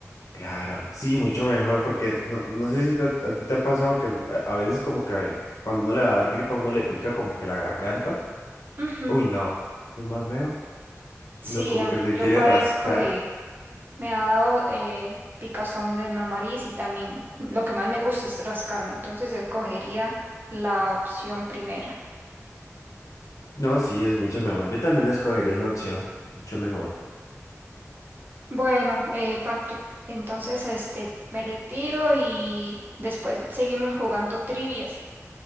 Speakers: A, on the left; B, on the right.
A: Claro, sí, mucho mejor, porque no, no sé si te- a ti te ha pasado que eh, a veces como que cuando uno le va a dar gripa, uno le pica como que la garganta.
B: Ujú.
A: Uy, no, es más feo.
B: Sí,
A: No, como
B: a
A: que
B: mí-
A: se
B: yo
A: quiere
B: padezco
A: rascar.
B: de... Me ha dado eh, picazón de la nariz y también lo que más me gusta es rascarme. Entonces escogería la opción primera.
A: No, sí, es mucho mejor. Yo también escogería esa opción, mucho mejor.
B: Bueno, eh, Patrick, entonces este, me retiro y después seguimos jugando trivias.